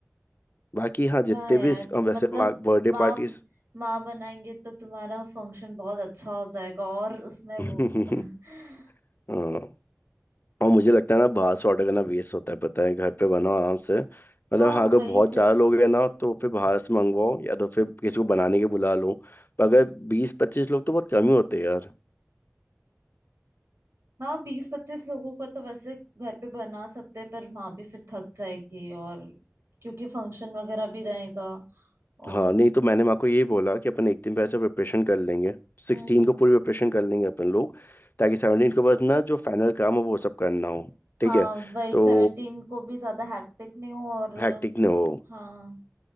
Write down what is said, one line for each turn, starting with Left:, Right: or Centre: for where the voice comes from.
Left: बाकी हाँ
Right: वाह
Left: जितने
Right: यार
Left: भी इस- वैसे
Right: मतलब
Left: माँ बर्थडे
Right: माँ
Left: पार्टीज
Right: ब- माँ बनाएंगे तो तुम्हारा फंक्शन बहुत अच्छा हो जाएगा और उसमें
Left: <laughs>
Right: वो <laughs> कि
Left: हाँ और मुझे लगता है ना बाहर से ऑर्डर करना वेस्ट होता है पता है घर पे बनाओ आराम से मतलब
Right: हाँ
Left: हाँ अगर
Right: वही
Left: बहुत
Right: सही
Left: ज़्यादा लोग
Right: है
Left: हैं ना तो फिर बाहर से मंगवाओ या तो फिर किसी को बनाने के बुला लो पर अगर बीस पच्चीस लोग तो बहुत कम ही होते हैं यार
Right: हाँ बीस पच्चीस लोगों का तो वैसे घर पे बना सकते हैं पर माँ भी फिर थक जाएगी और क्योंकि फंक्शन वगैरह भी रहेगा और
Left: हाँ नहीं तो मैंने माँ को यही बोला कि अपन एक दिन पहले से प्रिपरेशन कर लेंगे सिक्सटीन
Right: हम्म हम्म
Left: को पूरी प्रिपरेशन कर लेंगे अपन लोग ताकि सेवनटीन को बस ना जो फाइनल काम हो वो सब करना हो ठीक
Right: हाँ
Left: है
Right: वही
Left: तो
Right: सेवेंटीन को भी ज्यादा हैक्टिक नहीं हो और
Left: हैक्टिक ना हो
Right: हाँ